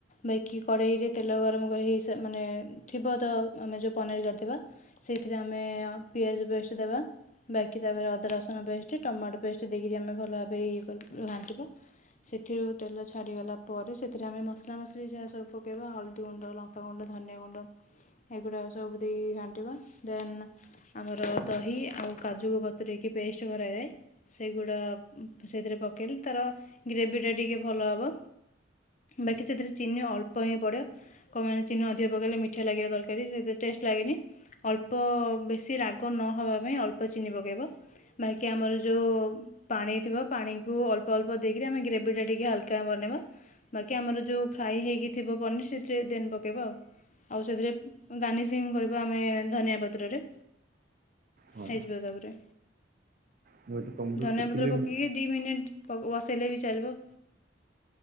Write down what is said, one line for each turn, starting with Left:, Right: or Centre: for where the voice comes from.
Left: ବାକି କଡ଼େଇରେ ତେଲ ଗରମ କରିଇ ମାନେ ଥିବ ତ ଆମେ ଯେଉ ପନିର କାଟିଦବା ସେଇଥିରେ ଆମେ ପିଆଜ ପେଷ୍ଟ ଦେବା ବାକି ତାପରେ ଅଦା ରସୁ ପେଷ୍ଟ ଟମାଟୋ ପେଷ୍ଟ ଦେଇକରି ଆମେ ଭଲ ଭାବେ ଇଏ ଘାଣ୍ଟିବା ସେଥିରୁ ତେଲ ଛାଡ଼ିଗଲା ପରେ ସେଥିରେ ଆମେ ମସଲା ମସଲି ଯାହା ସବୁ ପକେଇବା ହଳଦୀ ଗୁଣ୍ଡ ଲଙ୍କାଗୁଣ୍ଡ ଧନିଆ ଗୁଣ୍ଡ ଏଗୁଡ଼ାକ ସବୁ ଦେଇକି ଘାଣ୍ଟିବା ଦେନ୍ ଆମର ଦହି ଆଉ କାଜୁକୁ ବତୁରେଇକି ପେଷ୍ଟ କରାଯାଏ। ସେଗୁଡ଼ା ସେଥିରେ ପକେଇଲେ ତାର ଗ୍ରେଭିଟା ଟିକେ ଭଲ ହେବ ବାକି ସେଥିରେ ଚିନି ଅଳ୍ପ ହିଁ ପଡ଼ିବ କଣ ଚିନି ଅଧିକ ପକେଇଲେ ମିଠା ଲାଗିବା ତରକାରୀ ସେଥିରେ ଟେଷ୍ଟ ଲାଗେନି ଅଳ୍ପ ବେଶି ରାଗ ନ ହେବା ପାଇଁ ଅଳ୍ପ ଚିନି ପକାଇବ ବାକି ଆମର ଯେଉଁ ପାଣି ଥିବ ପାଣିକୁ ଅଳ୍ପ ଅଳ୍ପ ଦେଇକରି ଆମେ ଗ୍ରେଭିଟା ଟିକେ ହାଲକା ବନେଇବା ବାକି ଆମର ଯେଉଁ ଫ୍ରାଏ ହେଇକି ଥିବ ପନିର ସେଥିରେ ଦେନ୍ ପକାଇବା ଆଉ ସେଥିରେ ଗାର୍ନିସିଙ୍ଗ କରିବା ଆମେ ଧନିଆ ପତ୍ରରେ
Right: ହଁ
Left: ହେଇଯିବ ତାପରେ।
Right: ମୁଁ ଏଇଟା ତମଠୁ
Left: ଧନିଆ
Right: ଶିଖିଲି
Left: ପତ୍ର ପକେଇକି
Right: ମୁଁ
Left: ଦିଇ ମିନିଟ୍ ବସେଇଲେ ବି ଚାଲିବ।